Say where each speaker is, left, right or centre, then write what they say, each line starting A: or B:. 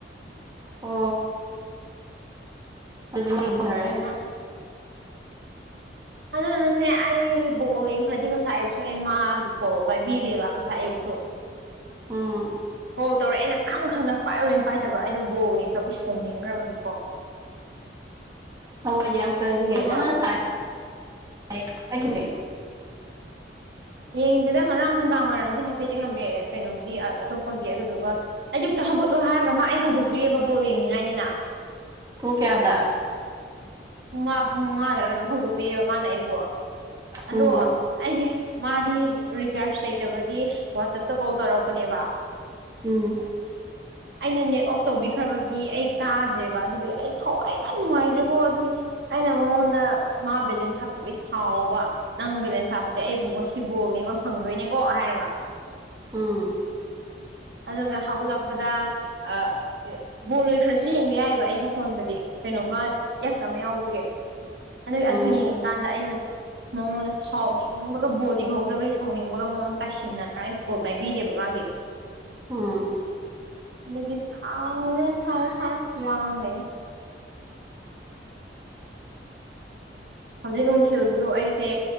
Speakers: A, on the right; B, on the right.
A: ꯑꯣ ꯍꯧꯖꯤꯛ ꯌꯦꯡꯅꯔꯦ
B: ꯅ ꯑꯗꯨꯅꯅꯦ ꯑꯩ ꯕꯣꯜ ꯌꯦꯡꯈ꯭ꯔꯗꯤ ꯉꯁꯥꯏ ꯑꯌꯨꯛꯁꯨ ꯑꯩ ꯃꯥꯒꯤ ꯀꯣꯜ ꯄꯥꯏꯕꯤꯗꯦꯕ ꯉꯁꯥꯏ ꯑꯌꯨꯛꯁꯨ <inaudible>
A: ꯎꯝ
B: ꯀ‌ꯣꯜ ꯇꯧꯔꯦ ꯑꯩꯅ ꯈꯪ ꯈꯪꯅ ꯄꯥꯏꯔꯣꯏꯅ ꯄꯥꯏꯗꯕ ꯑꯩꯗꯣ ꯕꯣꯜ ꯌꯦꯡꯈ꯭ꯔꯕꯩ ꯁꯥꯎꯅꯤꯡ ꯒ꯭ꯔꯕꯅꯤꯀꯣ <inaudible>
A: ꯊꯃꯣꯏꯗꯤ ꯌꯥꯝ ꯀꯜꯗꯤꯍ
B: ꯑꯗꯨꯒ
A: ꯅꯪ ꯉꯁꯥꯏ <unintelligible>
B: ꯌꯦꯡꯗꯦꯗ ꯉꯔꯥꯡ ꯅꯨꯡꯗꯥꯡ ꯋꯥꯏꯔꯝꯗꯤ ꯍꯥꯏꯐꯦꯠ ꯌꯦꯡꯉꯝꯃꯦ ꯀꯩꯅꯣꯒꯤ ꯑꯇꯣꯞꯄꯒꯤ ꯑꯗꯨꯗꯨꯒ ꯑꯌꯨꯛꯇ ꯍꯧꯒꯠꯂꯣ ꯍꯥꯏꯔꯒ ꯃꯥ ꯑꯩ ꯍꯧꯗꯣꯛꯄꯤꯔꯦꯕ ꯕꯣꯜ ꯌꯦꯡꯅꯤꯡꯉꯥꯏꯅꯤꯅ
A: ꯄꯨꯡ ꯀꯌꯥꯗ
B: ꯄꯨꯡ ꯃꯥ ꯄꯨꯡ ꯃꯉꯥꯗꯔꯒ ꯀꯩꯅꯣꯝ ꯍꯧꯗꯣꯛꯄꯤꯔꯛꯑꯦꯕ ꯃꯥꯅ ꯑꯩꯕꯨ ꯑꯗꯣ
A: ꯎꯝ
B: ꯑꯩꯗꯤ ꯃꯥꯗꯤ ꯔꯤꯆꯥꯔꯖ ꯂꯩꯇꯕꯒꯤ ꯋꯥꯆꯞꯇ ꯀꯣꯜ ꯇꯧꯔꯛꯄꯅꯦꯕ
A: ꯎꯝ
B: <inaudible> ꯑꯩꯅ ꯅꯦꯠ ꯑꯣꯐ ꯇꯧꯕꯤꯈ꯭ꯔꯕꯒꯤ ꯑꯩ ꯇꯥꯗ꯭ꯔꯦꯕ ꯑꯗꯨꯒꯤ ꯑꯩ ꯊꯋꯥꯏ ꯌꯥꯝ ꯅꯨꯡꯉꯥꯏꯇ꯭ꯔꯦꯀꯣ ꯑꯗꯨꯒꯤ ꯑꯩꯅ ꯃꯉꯣꯟꯗ ꯃꯥ ꯕꯦꯂꯦꯟꯁ ꯍꯥꯞ ꯇꯕꯩ ꯁꯥꯎꯕ ꯅꯪ ꯕꯦꯂꯦꯟꯁ ꯍꯥꯞꯄꯗꯤ ꯑꯩꯕꯨ ꯉꯁꯤ ꯕꯣꯜ ꯌꯦꯡꯉ ꯐꯪꯗꯣꯏꯅꯦꯀꯣ ꯍꯥꯏꯔꯒ
A: ꯎꯝ
B: ꯑꯗꯨꯒ ꯍꯧꯒꯠꯂꯛꯄꯗ ꯑ ꯀꯩꯕ ꯕꯣꯜ ꯂꫭꯏꯈꯔꯁꯨ ꯌꯦꯡꯕ ꯌꯥꯏꯑꯕ ꯑꯩꯒꯤ ꯐꯣꯟꯗꯗꯤ ꯀꯩꯅꯣꯃ ꯆꯥꯝꯃ ꯌꯥꯎꯕꯒꯤ ꯑꯗꯨꯏ
A: ꯎꯝ ꯎꯝ
B: ꯑꯗꯨ ꯌꯦꯡꯉꯤꯀꯥꯟꯗ ꯑꯩꯖꯦ ꯃꯉꯣꯟꯗ ꯁꯥꯎꯅꯤꯡꯕꯒ ꯕꯣꯜ ꯌꯦꯡꯍꯧꯗꯕꯩ ꯁꯥꯎꯅꯤꯡꯕꯒ ꯃꯉꯣꯟꯗ ꯇꯥꯏꯁꯤꯟꯅꯉꯥꯏ ꯀꯣꯜ ꯄꯥꯏꯕꯤꯗꯦꯕ ꯃꯥꯒꯤ <inaudible>
A: ꯎꯝ
B: ꯑꯗꯨꯗꯒꯤ ꯁꯥꯥꯎꯔ ꯁꯥꯎꯔ ꯁꯥꯎꯔ ꯃꯤꯋꯥ ꯉꯥꯡꯂꯩꯔꯅꯤ ꯍꯧꯖꯤꯛ ꯅꯨꯡꯊꯤꯜꯁꯨ ꯑꯩꯁꯦ